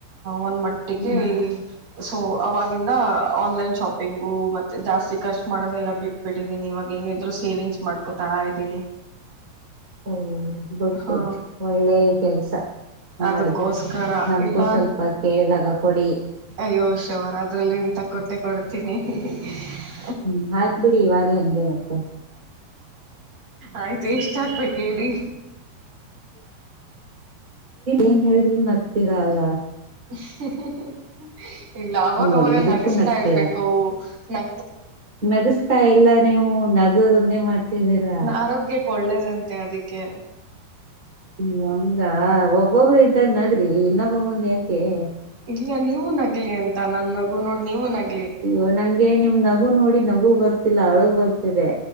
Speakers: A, on the right (about 40°); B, on the right (about 20°).
A: ಒಂದ್ ಮಟ್ಟಿಗೆ
B: ಹ್ಮ್
A: ಸೊ ಅವಾಗಿಂದ ಆನ್ಲೈನ್ ಶಾಪಿಂಗು ಮತ್ತೆ ಜಾಸ್ತಿ ಖರ್ಚ್ ಮಾಡೋದೆೆಲ್ಲ ಬಿಟ್ಟಬಿಟ್ಟಿದ್ದೀನಿ ಇವಾಗ ಏನಿದ್ರು ಸೇವಿಂಗ್ಸ್ ಮಾಡ್ಕೊತಾ ಇದ್ದೀನಿ
B: ಓ ಗುಡ್
A: ಹಾ
B: ಗುಡ್ ಒಳ್ಳೆ ಕೆಲ್ಸ, ಮಾಡಿ
A: ಅದಕ್ಕೋಸ್ಕರ
B: ನಮ್ಗೂ
A: ಇಲ್ಲ
B: ಸ್ವಲ್ಪ ಕೇಳಿದಾಗ ಕೊಡಿ
A: ಅಯ್ಯೋ ಶೋರ್ ಅದ್ರಲ್ಲಿ ಇಂತ ಕೊಟ್ಟೆ ಕೊಡು <unintelligible>
B: ಹ್ಮ್ ಆಯ್ತ್ ಬಿಡಿ ಇವಾಗ ಹಂಗೆ ಮತ್ತೆ
A: ಆಯ್ತು ಎಸ್ಟ್ ಹಾಕ್ಬೇಕ್ ಹೇಳಿ
B: ಏನ್ ಹೇಳಿದ್ರರು ನಗ್ತೀರ ಅಲ
A: <unintelligible> ಇಲ್ಲ ಅವಗವಗ
B: ನೋಡಿ ಇದಕ್ಕೂ
A: ನಗಿಸ್ತಾ
B: ನಗ್ತೀರಾ
A: ಇರ್ಬೇಕೂ ನ
B: ನಗಸ್ತಾ ಇಲ್ಲ ನೀವು, ನಗೊದೊಂದೇ ಮಾಡ್ತಿದ್ದೀರಾ.
A: ಆರೋಗ್ಯಕ್ಕೆ ಒಳ್ಳೇದಂತೆ ಅದಕ್ಕೆ
B: ಹ <unintelligible> <unintelligible> ಒಬ್ಬೊಬ್ಬರು ಇದ್ದಾಗ ನಗರಿ, ಇನ್ನೊಬ್ರ ಮುಂದೆ ಯಾಕ್ ಹ <unintelligible>
A: ಇಲ್ಲ, ನೀವು ನಗಲಿ ಅಂತ ನನ್ನ ನಗು ನೋಡಿ ನೀವು ನಗಲಿ
B: ಅಯ್ಯೋ, ನಂಗೆ ನಿಮ್ ನಗು ನೋಡಿ ನಗು ಗೊತ್ತ ಇಲ್ಲ ಅಳು ಬರ್ತಿದೆ.